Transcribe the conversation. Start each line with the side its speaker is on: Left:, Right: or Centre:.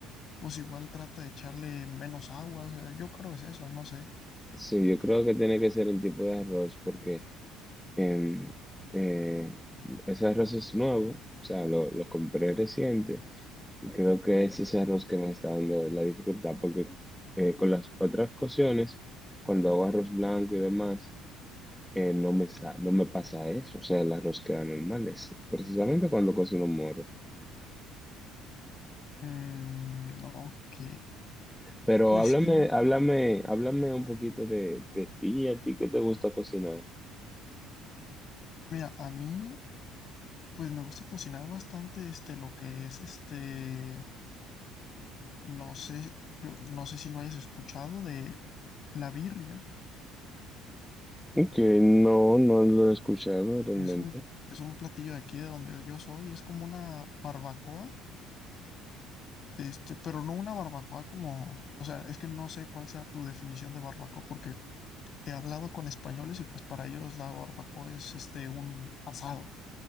Left: Pues igual trata de echarle menos agua, o sea, yo creo que es eso, no sé.
Centre: Sí, yo creo que tiene que ser el tipo de arroz porque... em, eh, ese arroz es nuevo, o sea, lo, lo compré reciente y creo que es ese arroz que me está dando la dificultad porque eh, con las otras cocciones, cuando hago arroz blanco y demás, eh, no me, sa- no me pasa eso, o sea, el arroz queda normal, es precisamente cuando cocino morro.
Left: Mm, ok.
Centre: Pero
Left: Pues
Centre: háblame,
Left: sí,
Centre: háblame, háblame un poquito de, de ti, a ti qué te gusta cocinar.
Left: mira, a mí pues me gusta cocinar bastante este lo que es este no sé, yo no sé si lo hayas escuchado de la birria,
Centre: Que no, no lo he escuchado realmente.
Left: es un es un platillo de aquí de donde yo soy, es como una barbacoa, este, pero no una barbacoa como, o sea, es que no sé cuál sea tu definición de barbacoa porque he hablado con españoles y pues para ellos la barbacoa es este un asado.